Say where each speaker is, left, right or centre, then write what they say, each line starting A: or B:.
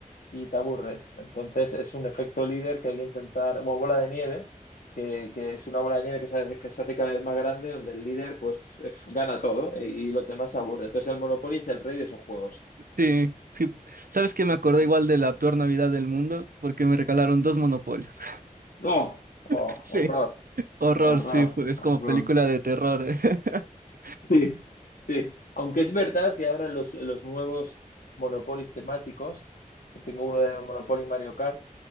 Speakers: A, on the left (about 80°); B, on the right (about 85°).
A: y te aburres. Entonces es un efecto líder que hay que intentar, o bola de nieve, que, que es una bola de nieve que se, hace- que se hace cada vez más grande, donde el líder pues es- gana todo y, y los demás se aburren. Entonces el Monopoly es el rey de esos juegos.
B: Sí, sí. ¿Sabes que Me acordé igual de la peor Navidad del mundo porque me regalaron dos monopolios.
A: ¡Oh!
B: <laughs>
A: ¡Oh!
B: Sí.
A: ¡Horror!
B: Horror,
A: ¡Horror!
B: sí, fue- es
A: ¡Horror!
B: como película de terror. <laughs>
A: Sí, sí. Aunque es verdad que ahora los, los nuevos monopolios temáticos, que tengo uno de Monopoly Mario Kart,